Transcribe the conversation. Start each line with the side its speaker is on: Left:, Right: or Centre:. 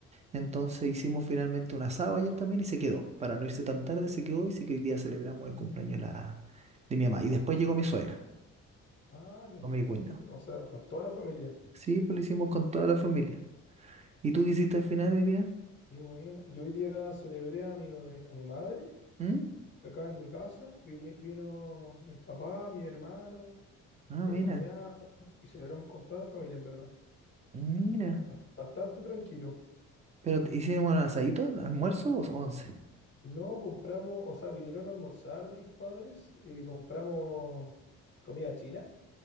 Right: entonces hicimos finalmente un asado ayer también y se quedó. Para no irse tan tarde, se quedó y sí que hoy día celebramos el cumpleaños de la, de mi mamá. Y después llegó mi suegra,
Left: Ah, qué entretenido.
Right: con mi cuñado.
Left: O sea, con toda la familia.
Right: Sí, pues lo hicimos con toda la familia. ¿Y tú qué hiciste al final hoy día?
Left: Qué buena. Yo hoy día celebré a mi, a mi madre
Right: ¿Mm?
Left: acá en mi casa. Vine- vino mis papás, mi hermano,
Right: Ah,
Left: mis
Right: mira,
Left: cuñados y celebramos con toda la familia, en verdad.
Right: mira.
Left: Bas- Bastante tranquilo.
Right: Pero te- hicieron un asadito, el almuerzo o once.
Left: No compramos, o sea, vinieron a almorzar mis padres y compramos comida china